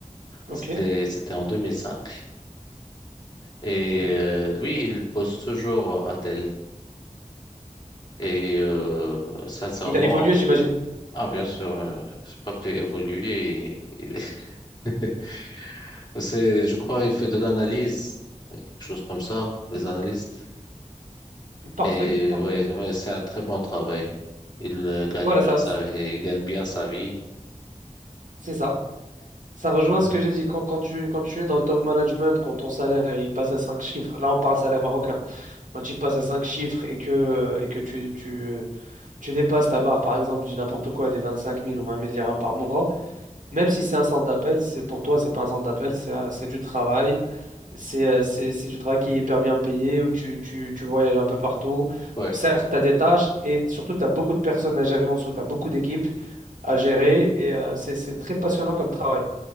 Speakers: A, on the right; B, on the left.
A: Ok.
B: C'était, c'était en 2005. Et
A: Mhm.
B: euh, lui, il pose toujours à Dell. Et euh, sincèrement,
A: Il a évolué, j'imagine.
B: ah bien sûr, euh, c'est pas qu'il évolue. et- et- <laughs> c'est, je crois, il fait de l'analyse, quelque chose comme ça, des analystes.
A: Parfait,
B: Et
A: parfait.
B: ouais, ouais, c'est un très bon travail. Il euh, gagne
A: Voilà,
B: bien
A: ça,
B: sa, il gagne bien sa vie.
A: c'est ça. Ça rejoint
B: Mm.
A: ce que j'ai dit. Quand, quand tu, quand tu es dans le top management, quand ton salaire il passe à 5 chiffres, là on parle salaire marocain, quand il passe à 5 chiffres et que, et que tu, tu, tu dépasses la barre, par exemple, je dis n'importe quoi, des 25 000 ou 20 000 dirhams par mois, Même si c'est un centre d'appel, c'est pour toi, c'est pas un centre d'appel, c'est un- c'est du travail. C'est euh, c'est- c'est du travail qui est hyper bien payé, où tu, tu, tu voyages un peu partout.
B: Ouais.
A: Certes, tu as des tâches et surtout, tu as beaucoup de personnes à gérer en dessous, tu as beaucoup d'équipes à gérer et euh, c'est c'est très passionnant comme travail.